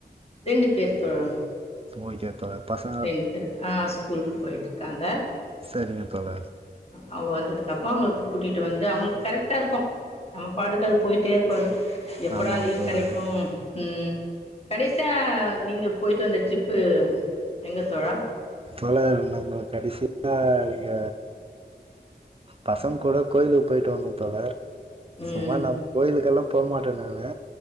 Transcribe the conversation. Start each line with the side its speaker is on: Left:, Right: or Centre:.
Left: ரெண்டு பேர் தோழா
Right: ஓகே தோழர் பசங்க
Left: ரெண்டு பேர் ஆ ஸ்கூலுக்கு போய்ட்டு இருக்காங்க.
Right: சரிங்க தோழர்
Left: அவங்க வந்ததுக்கப்பறம் அவங்க கூட்டிட்டு வந்து அவங்களுக்கு கரெக்டா இருக்கும் நம்ம பாட்டுக்க அது போயிட்டே இருக்கும்து எப்படா
Right: ஆமாம்
Left: லீவ்
Right: தோழர்
Left: கெடைக்கும் உம் கடைசியா நீங்க போயிட்டு வந்த ட்ரிப்பு எங்க தோழா
Right: தோழர் நம்ம கடைசியா இங்க பசங் கூட கோயிலுக்கு போயிட்டு வந்தங் தோழர்
Left: ம்.
Right: சும்மா நம் கோயிலுக்கெல்லாம் போ மாட்ட விட்ட நானு